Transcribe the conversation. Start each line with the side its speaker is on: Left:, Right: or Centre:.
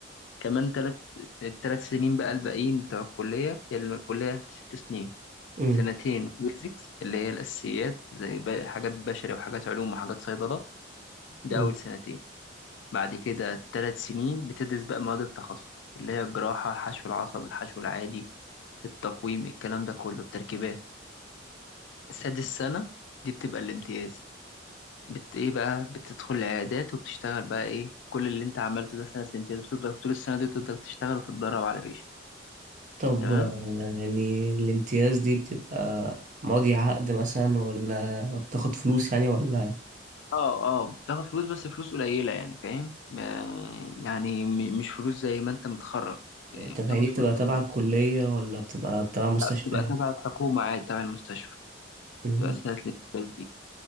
Left: كمان ثلاث الثلاث سنين بقى الباقيين بتوع الكلية هي الكلية ست سنين
Right: امم
Left: سنتين بيزكس اللي هي الأساسيات زي ب- حاجات بشري وحاجات علوم وحاجات صيدلة ده
Right: امم
Left: أول سنتين بعد كده ثلاث سنين بتدرس بقى مواد التخصص اللي هي الجراحة الحشو العصب الحشو العادي التقويم الكلام ده كله التركيبات سادس سنة دي بتبقى الامتياز بت ايه بقى بتدخل العيادات وبتشتغل بقى ايه كل اللي انت عملته ده سنة الامتياز بتفضل طول السنة دي تفضل تشتغل وتتدرب على بيش
Right: طب
Left: تمام
Right: آه، يعني الامتياز دي بتبقى ماضي عقد مثلا ولا بتاخد فلوس يعني ولا
Left: اه اه بتاخد فلوس بس فلوس قليلة يعني فاهم ما- يعني م- مش فلوس زي ما انت متخرج يعني
Right: طب
Left: بتاخد
Right: هي دي
Left: فلوس
Right: بتبقى تبع
Left: قليلة
Right: الكلية ولا بتبقى تبع مستشفيات
Left: لا بتبقى تبع الحكومة عادي تبع المستشفى
Right: أمم.
Left: بتبقى سنة الفلوس دي